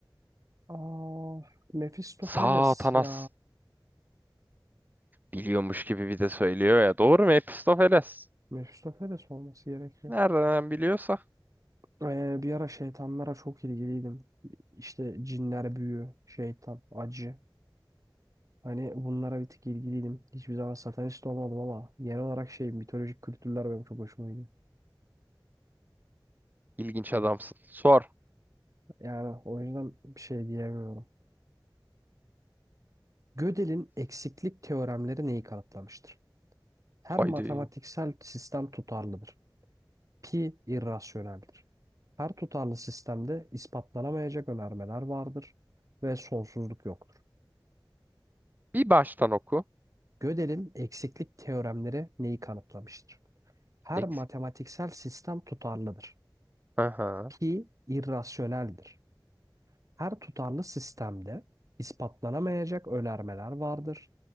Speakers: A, on the right; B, on the right.
A: Aa, Mephistopheles
B: Satanas.
A: ya.
B: Biliyormuş gibi bir de söylüyor ya. Doğru mu Mephistopheles?
A: Mephistopheles olması gerekiyor.
B: Nereden biliyorsa.
A: Ee, bir ara şeytanlara çok ilgiliydim. İşte cinler, büyü, şeytan, acı. Hani bunlara bir tık ilgiliydim. Hiçbir zaman satanist olmadım ama genel olarak şey mitolojik kültürler benim çok hoşuma gidiyor.
B: İlginç adamsın. Sor.
A: Yani o yüzden bir şey diyemiyorum. Gödel'in eksiklik teoremleri neyi kanıtlamıştır? Her
B: Haydi.
A: matematiksel sistem tutarlıdır. Pi irrasyoneldir. Her tutarlı sistemde ispatlanamayacak önermeler vardır ve sonsuzluk yoktur.
B: Bir baştan oku.
A: Gödel'in eksiklik teoremleri neyi kanıtlamıştır? Her
B: Eksik.
A: matematiksel sistem tutarlıdır.
B: Aha.
A: Pi irrasyoneldir. Her tutarlı sistemde ispatlanamayacak önermeler vardır.